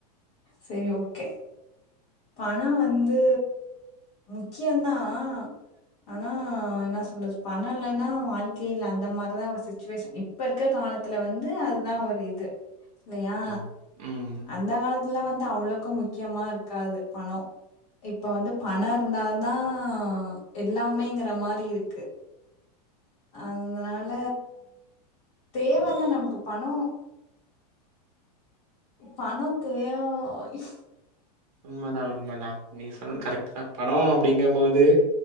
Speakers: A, on the left; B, on the right.
A: செரி ஓகே பணம் வந்து முக்கியம் தான் ஆனா என்ன சொல்ல பணம் இல்லேனா வாழ்க்கையே இல்லே அந்த மாதிரிதான் ஒரு சிச்சுவேஷன் இப்ப இருக்கற காலத்துல வந்து அதுதான் ஒரு இது இல்லையா
B: ம் ம்
A: அந்த காலத்துல வந்து அவ் அவ்வளவுக்கு முக்கியமா இருக்காது பணம் இப்ப வந்து பணம் இருந்தாதான் எல்லாமேங்கிற மாதிரி இருக்கு அதனால தேவை தான் நமக்கு பணம் பணம் தேவோய்
B: உண்மைதான் உண்மைதான் நீங்க சொல்றது கரெக்ட் தான் பணோம் அப்டிங்கும் போது